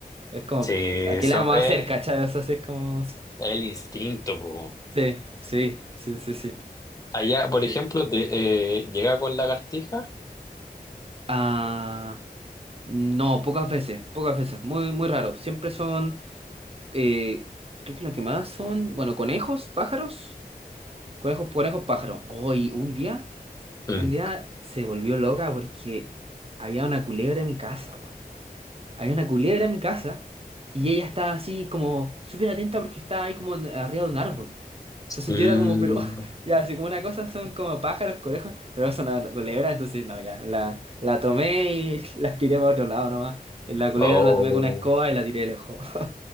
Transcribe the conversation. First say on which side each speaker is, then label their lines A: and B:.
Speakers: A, on the right (about 40°); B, on the left (about 20°).
A: es como,
B: Sí,
A: ¿a
B: eso
A: qué le vamos
B: es
A: a hacer, cachai? O sea, sí, es como.
B: el instinto. po.
A: Sí, sí, sí, sí, sí.
B: Allá, por
A: sí.
B: ejemplo, te, eh, llega con lagartija.
A: Ah, no, pocas veces, pocas veces, muy, muy raro. Siempre son. Eh, creo que lo que más son, bueno, conejos, pájaros, conejos, conejos, pájaros. Hoy, un día,
B: Mm.
A: un día se volvió loca porque había una culebra en mi casa, weón. Había una culebra en mi casa y ella estaba así como súper atenta porque estaba ahí como en- arriba de un árbol. Entonces
B: Mm.
A: yo era como, pero <laughs> ya, así como una cosa son como pájaros, conejos, pero son una culebra, entonces no, ya, la, la tomé y <laughs> la tiré para otro lado nomás. La culebra
B: Oh.
A: la tomé con una escoba y la tiré lejos. <laughs>